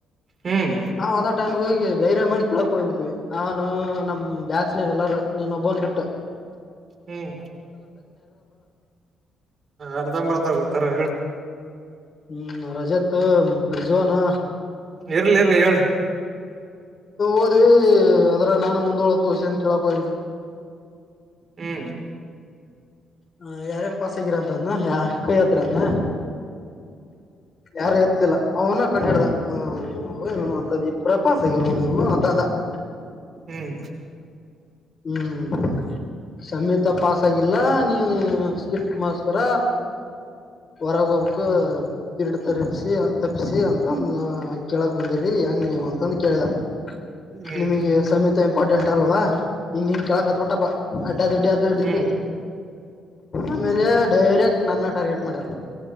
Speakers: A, on the right; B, on the left.
A: ಹ್ಮ್
B: ನಾವು ಅದ ಟೈಮಿಗ್ ಹೋಗಿ ಧೈರ್ಯ ಮಾಡಿ ಕೇಳಾಕ ಹೋಗ್ಬಿಟ್ಟೀವಿ ನಾನು ನಮ್ ಬ್ಯಾಚುಲರ್ ಎಲ್ಲರೂ ನಿನ್ನ ಒಬ್ಬವನು ಬಿಟ್
A: ಹ್ಮ್ ಅರ್ಧಂಬರ್ಧ ಗೊತ್ತು ಹೇಳ
B: ಹ್ಮ್ ರಜತ್ ರಿಜ್ವಾನ್
A: ಇರ್ಲಿ ಇರ್ಲಿ ಹೇಳ
B: ಓದಿ ಅದ್ರ ನಾನು ಮುಂದೋಳತುಷಂತ ಕೇಳಕ್ ಹೋಗ್ಬಿಡ್ರಿ <unintelligible>
A: ಹ್ಮ್
B: ಹ ಯಾರ್ಯಾರ್ ಪಾಸಾಗಿರಿ ಅಂತ ಅಂದ ಕೈ ಯತ್ರಿ ಅಂದ ಯಾರು ಎತ್ಲಿಲ್ಲ ಅವನ ಕಣ್ಣಿ ಹಿಡಿದಾ ಹಾ ಏನು ಅಂತಂದ ಇಬ್ ಪ್ರ ಪಾಸಗಲ್ ನೀವು ಅಂತಂದ <unintelligible>
A: ಹ್ಮ್
B: ಹ್ಮ್ ಹ್ಮ್ ಸಮೇತ ಪಾಸ್ ಆಗಿಲ್ಲ ನೀವು ಸ್ಕಿಪ್ ಮಾಸ್ಟರ್ ರ್ಹೊರಗ್ ಹೋಗ್ಬೇಕು ಕರಡು ತರಪಸಿ ತಪ್ಪಸಿ ಅಂತಂದು ಕೇಳಕ್ ಬಂದಿ್ರಿ ಹೆಂಗ ನೀವ ಅಂತಂದು ಕೇಳಿದ <unintelligible>
A: ಹ್ಮ್
B: ನಿಮಗೆ ಸಮೀತ ಇಂಪಾರ್ಟೆಂಟ್ ಅಲ್ವಾ ಇಂಗ್ ಹಿಂಗ ಇಂಗ್ ಕೆಲ ಕತ್ ಬಿಟ್ಟಪ್ಪ ಆದ್ದಾಡಿದ್ದಿ
A: ಹ್ಮ್
B: ಆಮೇಲೆ ಡೈರೆಕ್ಟ್ ನನ್ನ ಟಾರ್ಗೆಟ್ ಮಾಡಿದ